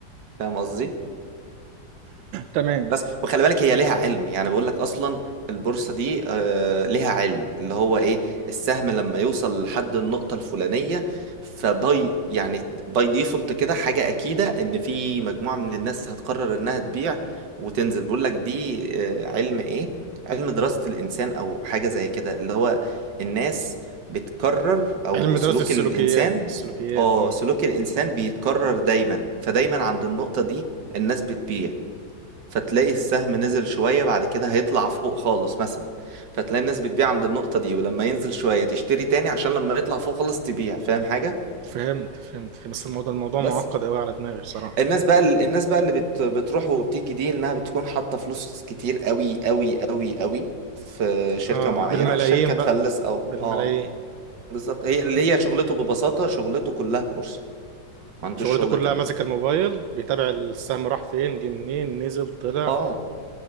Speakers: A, on the right; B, on the right.
A: فاهم قصدي
B: تمام
A: بس وخلي بالك هي ليها علم يعني بقول لك اصلا البورصه دي آه ليها علم اللي هو ايه السهم لما يوصل لحد النقطه الفلانيه فباي يعني باي ديفولت كده حاجه اكيده ان في مجموعه من الناس هتقرر انها تبيع وتنزل بقول لك دي آه علم ايه علم دراسه الانسان او حاجه زي كده اللي هو الناس بتكرر او
B: علم
A: سلوك
B: دراسة السلوكيات
A: الانسان
B: السلوكيات
A: اه
B: اه
A: سلوك الانسان بيتكرر دايما فدايما عند النقطه دي الناس بتبيع فتلاقي السهم نزل شوية بعد كده هيطلع فوق خالص مثلا فتلاقي الناس بتبيع عند النقطة دي ولما ينزل شوية تشتري تاني عشان لما يطلع فوق خالص تبيع فاهم حاجة
B: فهمت فهمت بس الموضوع الموضوع
A: بس
B: معقد قوي على دماغي بصراحة
A: الناس بقى الناس بقى اللي بت... بتروح وبتيجي دي انها بتكون حاطة فلوس كتير قوي قوي قوي قوي في شركة
B: اه
A: معينة
B: بالملايين
A: والشركة تفلس
B: بقى
A: او
B: بالملايين
A: اه بالظبط هي اللي هي شغلته ببساطة شغلته كلها بورصة ما عندوش
B: شغلته
A: شغلة
B: كلها
A: تانية
B: ماسك الموبايل بيتابع السهم راح فين جه منين نزل طلع
A: اه